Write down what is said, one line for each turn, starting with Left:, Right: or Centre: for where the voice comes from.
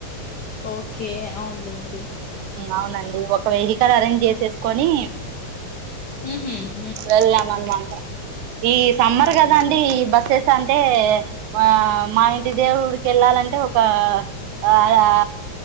Left: ఓకే అవునులేండి
Right: అవునండి ఒక వెహికల్ అరేంజ్ చేసేసుకొని
Left: హూ హమ్
Right: వెళ్ళాం అన్నమాట ఈ సమ్మర్
Left: అవునులే
Right: కదా అండి ఈ బస్ అంటే ఆ మా ఇంటి దేవుడికి వెళ్ళాలంటే ఒక ఆ